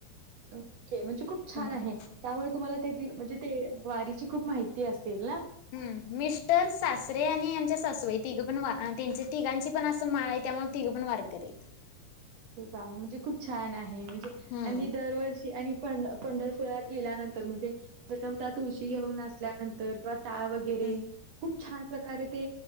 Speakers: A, on the right (about 65°); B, on the left (about 85°).
A: ओके म्हणजे खूप छान
B: हम्म
A: आहे. त्यामुळे तुम्हाला त्यातील म्हणजे ते वारीची खूप माहिती असेल ना,
B: ह मिस्टर, सासरे आणि यांच्या सासूबाई तिघं पण वा त्यांच्या तिघांची पण असं माळ आहे. त्यामुळं तिघ पण वारकरी आहेत.
A: ते वा म्हणजे खूप छान आहे. म्हणजे
B: हम्म
A: आणि दरवर्षी आणि पंढर पंढरपुरात गेल्यानंतर म्हणजे प्रथम ता तुळशी घेऊन असल्यानंतर किंवा टाळ व वैरे
B: हम्म
A: खूप छान प्रकारे ते